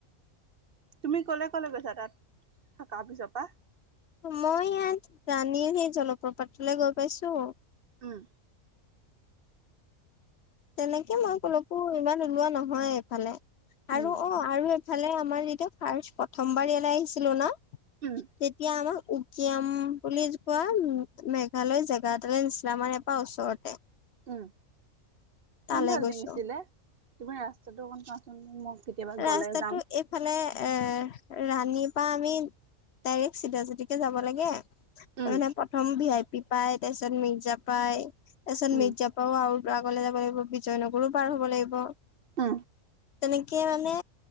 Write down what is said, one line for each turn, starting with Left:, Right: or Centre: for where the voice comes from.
Right: তুমি কলে কলে গৈছা তাত থকা পিছৰ পৰা
Left: মই ইয়াত ৰাণীৰ সেই জলপ্ৰপাতলৈ গৈ পাইছো
Right: উম
Left: তেনেকে মই কলৈকো ইমান ওলোৱা নহয় এইফালে
Right: উম,
Left: আৰু অ আৰু <unintelligible> ফালে আমাৰ যেতিয়া ফাৰ্ষ্ট প্ৰথমবাৰ ইয়ালৈ আহিছিলো ন
Right: উম,
Left: তেতিয়া আমাক উকিয়াম বুলি কোৱা উ মেঘালয় জেগা এটালে নাছিলে আমাৰ ইয়াৰ পৰা ওচৰতে।
Right: উম
Left: তালৈ
Right: কোন ফালে
Left: গৈছো
Right: ডিঙিছিলে তুমি ৰা ত গ কোৱাচোন মোক কেতিয়াবা
Left: ৰাস্তাটো
Right: গলে যাম।
Left: এইফালে এ ৰাণীৰ পৰা আমি ডাইৰেক্ট চিধাচিধিকে যাব লাগে। তাৰ
Right: উম,
Left: মানে প্ৰথম ভি আই পি পাই তাৰপিছত মিৰ্জা পাই তাৰ পিছত
Right: উম,
Left: মিৰ্জা পাও আৰু। আগলৈ যাব লাগিব বিজয়নগৰো পাৰ হ'ব লাগিব।
Right: অ
Left: তেনেকে মানে